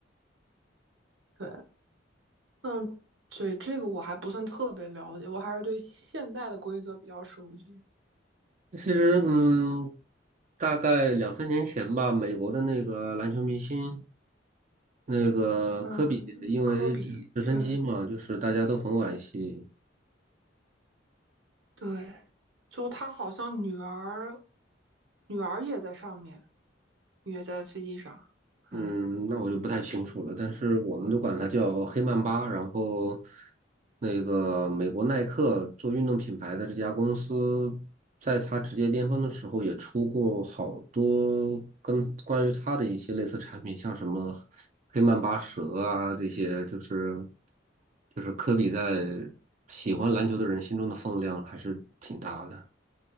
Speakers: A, on the right (about 75°); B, on the right (about 40°).
A: <laughs> 对，那这这个我还不算特别了解，我还是对现代的规则比较熟悉。
B: 其实嗯，大概两三年前吧，美国的那个篮球明星。那个科比因为直直升机嘛，
A: 嗯，科比，对，
B: 就是大家都很惋惜，
A: 对，就他好像女儿，女儿也在上面，也在飞机上，
B: 嗯，
A: 嗯，
B: 那我就不太清楚了，但是我们都管它叫黑曼巴。然后，那个美国耐克做运动品牌的这家公司，在它职业巅峰的时候，也出过好多跟关于它的一些类似产品，像什么黑曼巴蛇啊这些，就是就是科比在喜欢篮球的人心中的分量还是挺大的。